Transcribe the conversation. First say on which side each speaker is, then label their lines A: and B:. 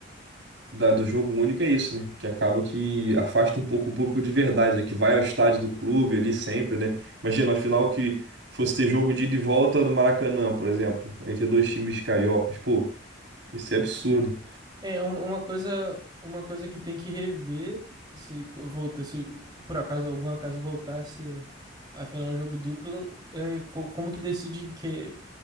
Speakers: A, on the right; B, on the right.
A: da- do jogo único é isso, né? Que acaba que afasta um pouco o público de verdade, né? Que vai ao estádio do clube ali sempre, né? Imagina, afinal, que fosse ter jogo de ida e volta no Maracanã, por exemplo, entre dois times cariocas. Pô, isso é absurdo.
B: É um- uma coisa, uma coisa que tem que rever se volta, se por acaso algum acaso voltasse a final de jogo duplo, é co- como que decide em que